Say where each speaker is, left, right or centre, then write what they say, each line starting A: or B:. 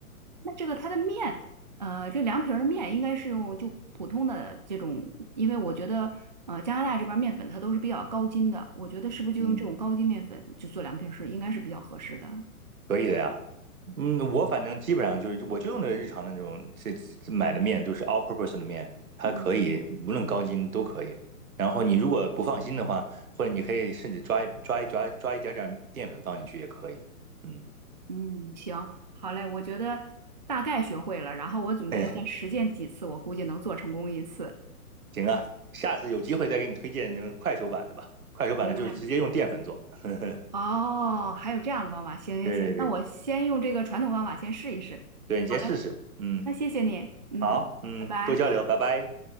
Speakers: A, on the right; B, on the right.
A: 那这个它的面，呃，这凉皮儿的面应该是用就普通的这种，因为我觉得，呃，加拿大这边儿面粉它都是比较高筋的，我觉得是不是就用这种高筋面粉就做凉皮儿是应该是比较合适的。
B: <laughs>，嗯，可以的呀。嗯，我反正基本上就是，我就用的日常的那种这这买的面都是 all purpose 的面，它可以无论高筋都可以。
A: 嗯
B: 然后你如果不放心的话，或者你可以甚至抓一抓一抓抓一点点淀粉放进去也可以。嗯，
A: 嗯，行，好嘞，我觉得大概学会了，然后我准备再实践几次，
B: 哎，
A: 我估计能做成功一次。
B: <laughs> 行啊，下次有机会再给你推荐那种快手版的吧，快手版的就是直接用淀粉做。
A: 行嘞，
B: <laughs>
A: 哦，还有这样的方法，行行行，
B: 对对对
A: 那我先用这个传统方法先试一试。
B: 对，你先试试。
A: 好嘞，
B: 嗯，
A: 那谢谢你，嗯，
B: 好，嗯，
A: 拜拜。
B: 多交流，拜拜。